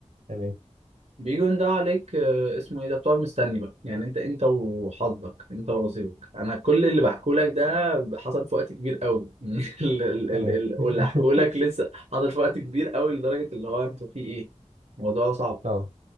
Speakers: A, on the right; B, on the right.
A: تمام
B: بيجوا يندهوا عليك آه اسمه إيه ده بتقعد مستني بقى يعني أنت أنت وحظك أنت ونصيبك أنا كل اللي بحكوا لك ده حصل في وقت كبير قوي <laughs> ال- ال- ال-
A: تمام
B: ال-
A: <laughs>
B: واللي هحكوا لك لسه حصل في وقت كبير قوي لدرجة اللي هو أنتوا في إيه الموضوع صعب
A: اه